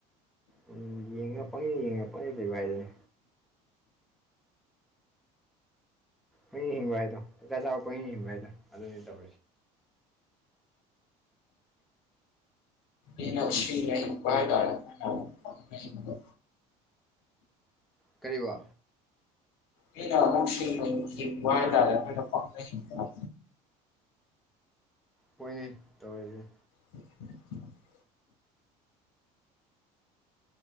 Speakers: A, in the centre; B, on the left (about 80°).
A: ꯎꯝ ꯌꯦꯡꯉ ꯄꯪꯉꯦ ꯌꯦꯡꯉ ꯄꯪꯉꯦ ꯂꯩꯕ ꯍꯥꯏꯗꯅꯦ ꯄꯣꯏꯟ ꯍꯤꯡꯕ ꯍꯥꯏꯗꯣ ꯆꯆꯥ ꯆꯥꯕ ꯄꯣꯏꯟ ꯍꯤꯡꯕ ꯍꯥꯏꯗꯣ ꯑꯗꯨꯅꯤ ꯇꯧꯔꯤꯁꯦ
B: ꯏꯟꯅ ꯁꯤ ꯅ ꯀ ꯇ ꯎ
A: ꯀꯔꯤꯔꯤꯕ
B: ꯍꯩꯅ ꯃꯁꯤ ꯋꯥ ꯍꯥꯏ ꯇꯔ ꯄ ꯍ
A: ꯍꯣꯏꯅꯦ ꯇꯧꯔꯤꯁꯦ
B: <inaudible>